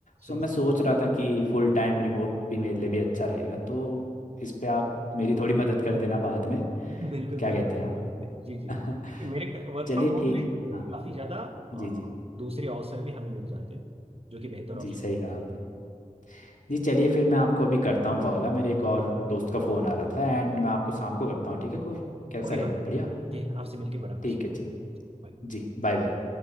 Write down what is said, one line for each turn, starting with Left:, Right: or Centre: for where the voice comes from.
Right: सही
Left: सो मैं सोच रहा था कि फुल टाइम रिमोट भी मेरे लिए भी अच्छा रहेगा तो इस पे आप मेरी थोड़ी मदद कर देना बाद में
Right: बिल्कुल
Left: क्या
Right: बिल्कुल
Left: कहते हैं आप
Right: जी जी
Left: <laughs>
Right: क्योंकि मेरे वर्क
Left: चलिए
Right: फ्रॉम होम
Left: ठीक
Right: में
Left: हाँ
Right: काफी ज्यादा
Left: जी
Right: अ,
Left: जी
Right: दूसरे अवसर भी हमें मिल जाते हैं जो कि बेहतर
Left: जी
Right: ऑप्शन
Left: सही कहा आपने जी चलिए फिर मैं आपको अभी करता हूँ कॉल मेरे एक और दोस्त का फ़ोन आ रहा था एंड मैं आपको शाम को करता हूँ ठीक है कॉल कैसा
Right: कोई
Left: रहेगा
Right: बात
Left: बढ़िया
Right: नहीं सर। ठीक, आपसे मिलके बड़ा खुश
Left: ठीक
Right: लगा।
Left: है चलिए
Right: Bye.
Left: जी बाय बाय